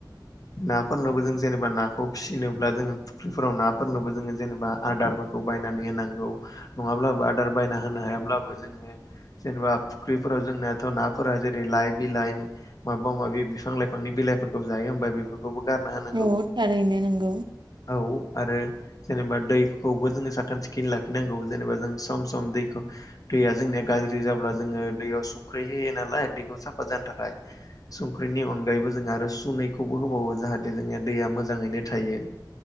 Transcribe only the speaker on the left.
नाफोरनोबो जों जेनेबा नाखौ फिसिनोब्ला जों फुख्रिफोराव नाफोरनोबो जोङो जेनेबा आदारफोर खौ बायनानै होनांगौ नङाब्लाबो आदार बायना होनो हायाब्लाबो जोङो जेनेबा फुख्रिफोराव जोंनाथ' नाफोरा लाइ बिलाइ माबा माबि बिफां लाइफांनि बिलाइफोरखौ जायो होनबा बेफोरखौबो गारना होनांगौ।
औ आरो जेनेबा दैखौबो जोङो साखोन सिखोन लाखिनांगौ जेनेबा जों सम सम दैखौ दैया जोंनिया गाज्रि जाब्ला जोङो दैयाव संख्रि होयो नालाय दैखौ साफा जानो थाखाय संख्रिनि अनगायैबो जों आरो सुनैखौबो होबावो जाहाथे जोंङो दैया मोजाङैनो थायो।